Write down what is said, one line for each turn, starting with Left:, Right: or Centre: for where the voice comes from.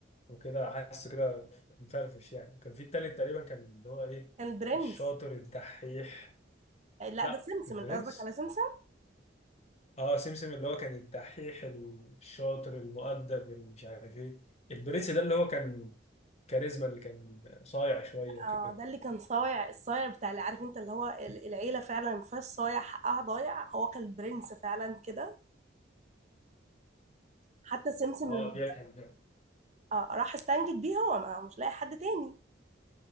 Left: وكده حاسه كده مفرفش يعني كان في التالت تقريبا كان اللي هو إيه
Right: <laughs> كان البرنس
Left: الشاطر الدحيح
Right: لا
Left: لا
Right: ده سمسم
Left: البرنس
Right: انت قصدك على سمسم
Left: اه سمسم اللي هو كان الدحيح الشاطر المؤدب اللي مش عارف إيه البرنس ده اللي هو كان كاريزما اللي كان صايع شوية وكده
Right: اه ده اللي كان صايع الصايع بتاع اللي عارف انت اللي هو ال- العيله فعلا ما فيهاش صايع حقها ضايع هو كان البرنس فعلا كده حتى سمسم
Left: اه
Right: لما
Left: ده كان جامد
Right: اه راح استنجد بيه هو ما- مش لاقي حد تاني